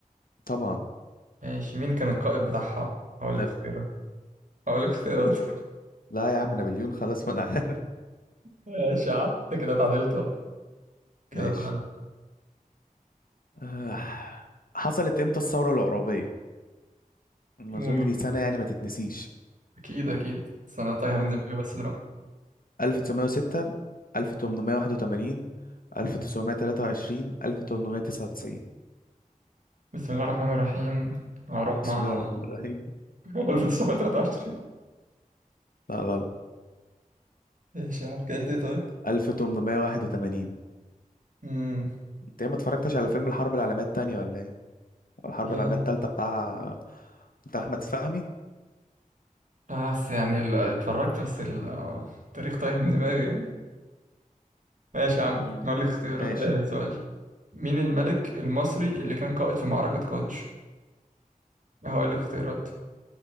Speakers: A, on the left; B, on the right.
A: طبعا
B: ماشي مين كان القائد بتاعها هقول
A: نب...
B: لك اختيارات هقول لك اختياراته <laughs>
A: لا يا عم نابليون خلاص ما انا عارف
B: ماشي يا عم انت كده اتعدلت بقى كده
A: ماشي
B: اتعدلت
A: آه. حصلت امتى الثورة العرابية ما
B: قول.
A: اظن دي سنة يعني ما تتنسيش
B: اكيد اكيد بس انا تايهه من دماغي بس دلوقتي
A: 1906 1881 1923 1899
B: بسم الله الرحمن الرحيم هروح مع
A: بسم الله الرحمن الرحيم
B: <laughs> 1923
A: لا غلط
B: ماشي يا عم كده ايه طيب
A: 1881
B: امم
A: انت إيه ما اتفرجتش على فيلم الحرب العالمية التانية ولا ايه ولا الحرب
B: يلا.
A: العالمية التالتة بتاع بتاع احمد فهمي
B: بس يعني ال- اتفرجت بس ال- التاريخ تايه من دماغي يعني ماشي يا
A: مم،
B: عم هقول لك اختيارات
A: ماشي
B: آه، سؤال مين الملك المصري اللي كان قائد في معركة قادش هقول لك اختيارات